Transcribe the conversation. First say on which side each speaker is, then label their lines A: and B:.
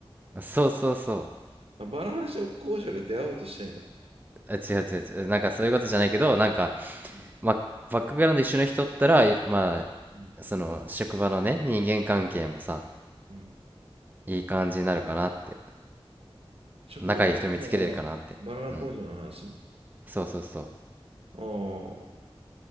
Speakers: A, on the right; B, on the right.
A: そうそうそう。
B: あ、バナナ交渉で出会おうとしてんだ。
A: あ、違う違う違う。なんかそういうことじゃないけど、なんか、
B: うん
A: まあ、バックグラウンド一緒の人ったら、いま
B: うん
A: あ、その、職場のね、人間関係もさ、
B: うん。
A: いい感じになるかなって。
B: 職場っていうのは、
A: 仲いい人見つけれるかなって。
B: バナナ工場の話
A: うん。そうそうそ
B: ああ、